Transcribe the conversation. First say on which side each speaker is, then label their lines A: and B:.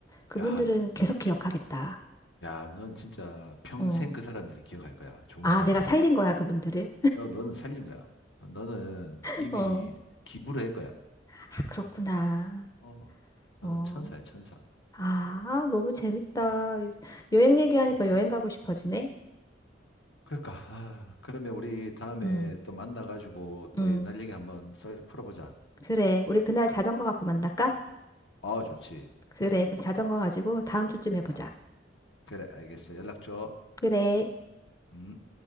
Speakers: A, on the left (about 20°); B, on the left (about 75°).
A: 그분들은
B: 야
A: 계속 기억하겠다.
B: 야, 넌 진짜 평생
A: 어.
B: 그 사람들이 기억할 거야. 좋은
A: 아,
B: 사람이라고.
A: 내가 살린 거야, 그분들을.
B: 어, 너는 살린 거야. 어, 너는
A: <laughs>
B: 이미
A: 어.
B: 기부를 한 거야.
A: 아, 그렇구나.
B: 어, 너는
A: 어.
B: 천사야, 천사.
A: 아, 너무 재밌다.
B: 어,
A: 여행 얘기하니까
B: 그러니까.
A: 여행 가고 싶어지네.
B: 그러니까, 아, 그러면 우리 다음에
A: 음.
B: 또 만나가지고 또
A: 음.
B: 옛날 얘기 한번 썰 풀어보자.
A: 그래, 우리 그날 자전거 갖고 만날까?
B: 어, 좋지.
A: 그래, 그럼 자전거 가지고 다음 주쯤에 보자.
B: 아, 그래, 알겠어. 연락 줘.
A: 그래.
B: 음.